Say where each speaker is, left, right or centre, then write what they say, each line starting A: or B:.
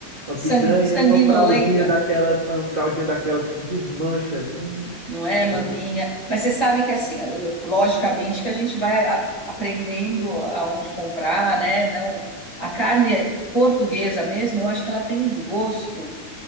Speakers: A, on the right (about 20°); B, on the left (about 20°).
A: Uma
B: sang-
A: picanha,
B: sanguinolenta,
A: uma fraldinha daquelas, uma fraldinha daquelas que desmancha. Hum,
B: não é,
A: pô,
B: maminha? Mas você sabe que assim, eu- logicamente que a gente vai a- aprendendo aonde comprar, né? Não, a carne portuguesa mesmo, eu acho que ela tem um gosto.